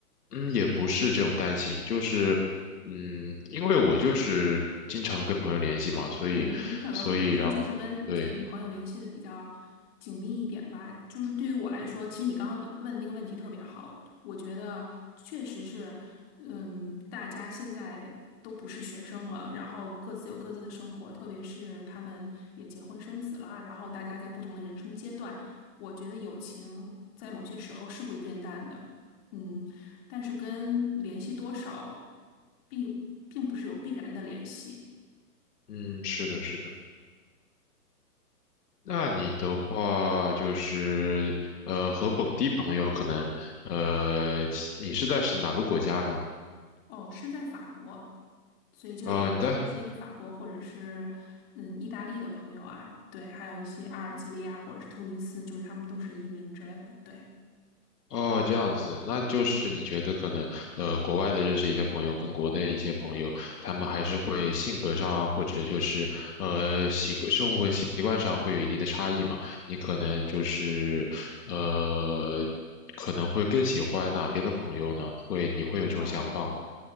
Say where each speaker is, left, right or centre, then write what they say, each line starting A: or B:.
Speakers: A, on the left; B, on the left.
A: 嗯，也不是这种担心，就是，嗯，因为我就是经常跟朋友联系嘛，所以，
B: 对，你可能本身就是跟嗯朋友联系的比较紧密一点吧。
A: 所以然后，对，
B: 就是对于我来说，其实你刚刚问问的那个问题特别好，我觉得确实是，嗯，大家现在都不是学生了，然后各自有各自的生活，特别是他们也结婚生子了，然后大家在不同的人生阶段，我觉得友情在某些时候是会变淡的，嗯，但是跟联系多少并并不是有必然的联系。
A: 嗯，是的，是的。那你的话就是，呃，和本地朋友可能，呃，你是在是哪个国家呢？
B: 哦，是在法国，所以就有认识一些法国或者是嗯意大利的朋友啊，
A: 啊、你在
B: 对，还有一些阿尔及利亚或者是突尼斯，就是他们都是移民之类的，对。
A: 哦，这样子，那就是你觉得可能，呃，国外的认识一些朋友，跟国内一些朋友，他们还是会性格上啊，或者就是呃习惯生活习惯上会有一定的差异嘛？你可能就是呃，可能会更喜欢哪边的朋友呢？会，你会有这种想法吗？
B: 哦，